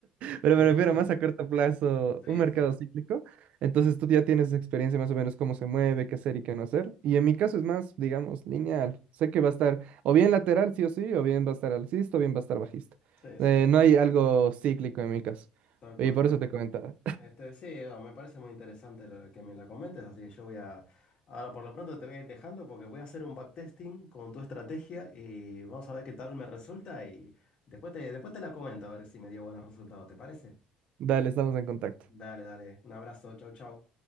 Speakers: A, on the right; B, on the left.
A: pero
B: <laughs>
A: me refiero más a corto plazo,
B: Sí,
A: un mercado
B: sí,
A: cíclico. Entonces tú ya tienes experiencia más o menos cómo se mueve, qué hacer y qué no hacer. Y en mi caso es más, digamos, lineal. Sé que va a estar o bien lateral, sí o sí, o bien va a estar alcista, o bien va a estar bajista.
B: sí, sí,
A: Eh, no hay algo cíclico en mi caso.
B: tal cual,
A: Y por
B: tal
A: eso
B: cual.
A: te comentaba.
B: Este, sí, no, me parece muy interesante lo de que me la comentes, así que yo voy a... Ahora por lo pronto te voy a ir dejando porque voy a hacer un backtesting con tu estrategia y vamos a ver qué tal me resulta y después te, después te la comento a ver si me dio buenos resultados, ¿te parece?
A: <laughs> Dale, estamos en contacto.
B: Dale, dale, un abrazo, chau, chau.